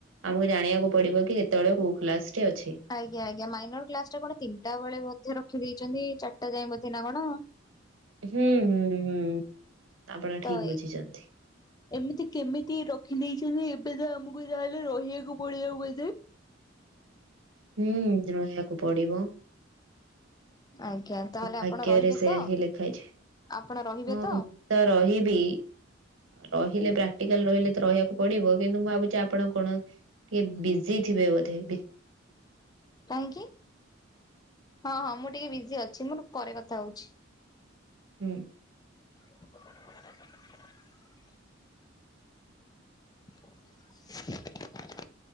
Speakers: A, on the right; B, on the left.
A: ଆମକୁ ଜାଣିବାକୁ ପଡିବ କି ଯେତେବେଳେ କୋଉ କ୍ଲାସ ଟି ଅଛି
B: ଆଜ୍ଞା ଆଜ୍ଞା ମାଇନର କ୍ଲାସ ଟା କଣ ତିନିଟା ବେଳେ ବୋଧେ ରଖି ଦେଇଛନ୍ତି ଚାରିଟା ଯାଏ ବୋଧେ ନା କଣ?
A: ହୁଁ ହୁଁ ହୁଁ ଆପଣ
B: ତ
A: ଠିକ୍
B: ଏ
A: ବୁଝିଛନ୍ତି।
B: ଏମିତି କେମିତି ରଖିଦେଇଛନ୍ତି ଏବେ ତ ଆମକୁ ଯାହାହେଲେ ରହିବାକୁ ପଡ଼ିବ ବୋଧେ
A: ହୁଁ ରହିବାକୁ ପଡିବ
B: ଆଜ୍ଞା। ତାହେଲେ
A: ଭାଗ୍ୟରେ
B: ଆପଣ ରହିବେ
A: ସେୟା
B: ତ
A: ହିଁ ଲେଖାହୋଇଛି
B: ଆପଣ ରହିବେ
A: ହଁ
B: ତ
A: ମୁଁ ତ ରହିବି ରହିଲେ ପ୍ରାକ୍ଟିକାଲ ରହିଲେ ତ ରହିବାକୁ ପଡିବ କିନ୍ତୁ ମୁଁ ଭାବୁଛି ଆପଣ କଣ? ଇଏ ବିଜି ଥିବେ ବୋଧେ
B: କାହିଁକି ହଁ ହଁ ମୁଁ ଟିକେ ବିଜି ଅଛି ମୁଁ ପରେ କଥା ହଉଛି
A: ହୁଁ।
B: <inaudible> <inaudible>